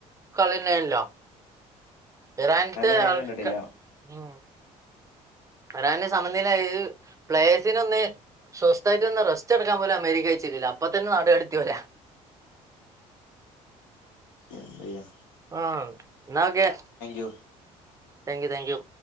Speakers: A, on the right; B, on the left.
A: കളിണ്ടായിനല്ലോ ഇറാന്റെ
B: കളി
A: ആൾക്ക,
B: ഞാൻ കണ്ടിട്ടില്ല
A: ഉം ഇറാന്റെ സമനില ഏഹ്, പ്ലെയേഴ്സിനൊന്ന് സ്വസ്ഥായിട്ട് ഒന്ന് റെസ്റ്റെടുക്കാൻ പോലും അമേരിക്ക കയിച്ചിട്ടില്ല. അപ്പ തന്നെ നാട് കടത്തി ഓലെ.
B: എന്തെയ്യാ...
A: ആഹ്. ന്നാ ഓക്കെ.
B: You
A: thank you thank you